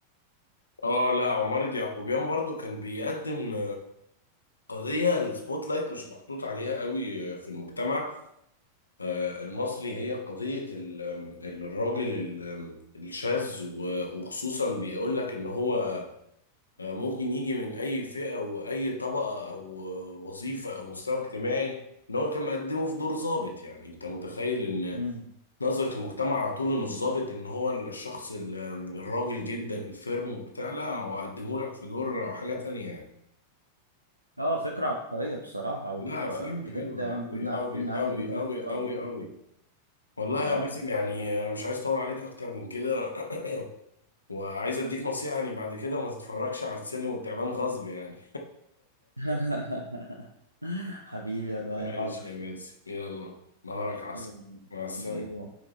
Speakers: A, on the left; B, on the right.
A: اه لا عمارة يعقوبيان برضو كان بيقدم قضية السبوت لايت مش محطوط عليها قوي في المجتمع آه، المصري هي قضية ال- ال- الراجل ال- الشاذ و- وخصوصا بيقول لك ان هو آه، ممكن يجي من اي فئة واي طبقة او وظيفة او مستوى اجتماعي ان هو كان مقدمه في دور ضابط يعني انت متخيل ان
B: مم.
A: نظرة المجتمع على طول ان الضابط ان هو الشخص ال- الراجل جدا الفيرم وبتاع لا هو قدمه لك في دور حاجة تانية يعني
B: اه فكرة عبقرية بصراحة وكده
A: لا فيلم حلوة
B: كده يعني
A: أوي
B: كلنا
A: أوي
B: عارفين ان عادل
A: أوي
B: امام بيختار
A: أوي أوي
B: ادواره
A: أوي والله
B: اه
A: يا باسم يعني انا مش عايز اطول عليك اكتر من كده <clears throat> وعايز اديك نصيحه يعني بعد كده ما تتفرجش على السلم والتعبان غصب يعني
B: <laughs> حبيبي
A: <laughs>
B: يا لؤي
A: ماشي
B: حاضر
A: يا باسم يلا نهارك عسل
B: يلا،
A: مع السلامه
B: باي باي